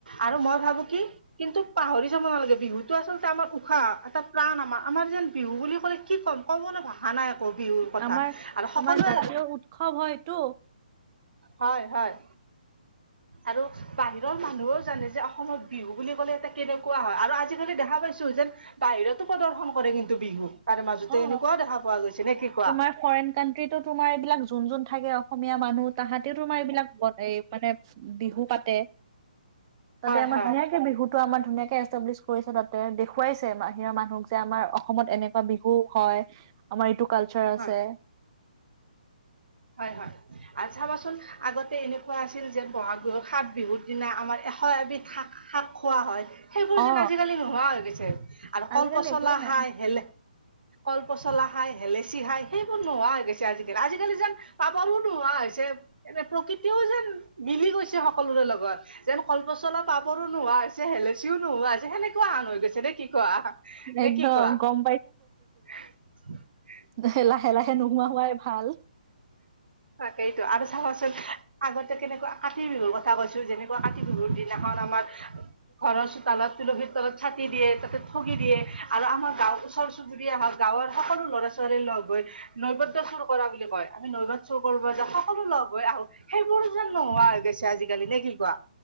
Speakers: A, on the right; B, on the right.
A: আৰু মই ভাবো কি কিন্তু পাহৰি যাব নালাগে বিহুটো আচলতে আমাৰ উশাহ এটা প্ৰাণ আমাৰ আমাৰ যেন বিহু বুলি ক'লে কি কম ক'বলৈ ভাষা নাই বিহুৰ কথা
B: আমাৰ
A: আৰু সকলোৱে
B: আমাৰ জাতীয় উৎসৱ হয়তো
A: হয় হয় আৰু বাহিৰৰ মানুহও জানে যে অসমত বিহু বুলি ক'লে এটা কেনেকুৱা হয় আৰু আজি দেখা পাইছো যেন বাহিৰতো প্ৰদৰ্শন কৰে কিন্তু বিহু তাৰে মাজতে
B: অ
A: এনেকুৱাও দেখা পোৱা গৈছে নে কি কোৱা
B: তোমাৰ ফৰেন কানট্ৰিটো তোমাৰ এইবিলাক যোন যোন থাকে অসমীয়া মানুহ তাহাতেও তোমাৰ এইবিলাক এই মানে বিহু পাতে তাতে
A: হয়
B: আমাৰ
A: হয়
B: ধুনীয়াকে বিহুতো আমাৰ ধুনীয়াকে এষ্টাব্লিছ কৰিছে তাতে দেখুৱাইছে বাহিৰাৰ মানুহক যে আমাৰ অসমত এনেকুৱা বিহু হয়। আমাৰ এইটো কালছাৰ আছে।
A: হয় হয় হয় আৰু চাবচোন আগতে এনেকুৱা আছিল যে বহাগ বিহু সাত বিহুৰ দিনা আমাৰ এশ এবিধ শাক শাক খোৱা হয়। সেইবোৰ
B: অ
A: যেন আজিকালি নোহোৱা হৈ গৈছে। আৰু কল
B: আজিকালি
A: পচলা
B: একোৱেই নাই
A: হাই হেলে। কল পচলা হায়, হেলেচি হায় সেইবোৰ নোহোৱা হৈ গৈছে আজিকালি। আজিকালি যেন পাবলো নোহোৱা হৈছে। এনে প্ৰকৃতিও যেন মিলি গৈছে সকলোৰে লগত, যেন পচলা পাবৰো নোহোৱা হৈছে হেলে ছিও নোহোৱা যে সেনেকুৱা সান হৈ গৈছে দে কি কোৱা? নে
B: একদম
A: কি কোৱা?
B: গম
A: <unintelligible>
B: লাহে লাহে লাহে নোহোৱা হোৱাই ভাল।
A: তাকেইটো আৰু চাবা চু ন আগতে কেনেকুৱা কাতি বিহুৰ কথা কৈছো। যেনেকুৱা কাতি বিহুৰ দিনাখন আমাৰ ঘৰ চোতালত তুলসীৰ তলত চাটি দিয়ে তাতে ঠগি দিয়ে আৰু আমাৰ গাঁওৰ ওচৰ -চুবুৰীয়া হওক, গাঁৱৰ সকলো ল'ৰা- ছোৱালী লগ হৈ নৈবদ্যচৰ কৰা বুলি কয়। আমি নৈবাত চুৰ কৰিব যা, সকলো লগ হৈ আহো। সেইবোৰ যেন নোহোৱা হৈ গৈছে আজিকালি নে কি কোৱা?